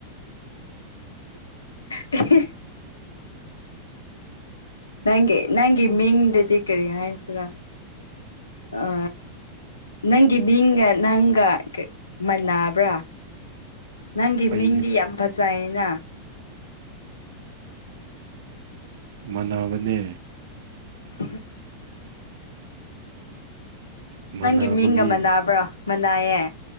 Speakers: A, on the left; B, on the right.
A: ꯍꯤ ꯅꯪꯒꯤ ꯅꯪꯒꯤ ꯃꯤꯡꯗꯗꯤ ꯀꯔꯤꯅꯣ ꯍꯥꯏꯁ ꯑ ꯅꯪꯒꯤ ꯃꯤꯡꯒ ꯅꯪꯒ ꯅꯥꯕ꯭ꯔꯥ ꯅꯪꯒꯤ
B: ꯑꯩꯒꯤ
A: ꯃꯤꯡꯗꯤ ꯌꯥꯝ ꯐꯖꯌꯦꯅ
B: ꯃꯥꯟꯅꯕꯅꯦ
A: ꯎ
B: ꯃꯥꯟꯅꯕꯒꯤ
A: ꯅꯪꯒꯤ ꯃꯤꯡꯒ ꯃꯅꯥꯕ꯭ꯔꯣ ꯃꯅꯩꯌꯦ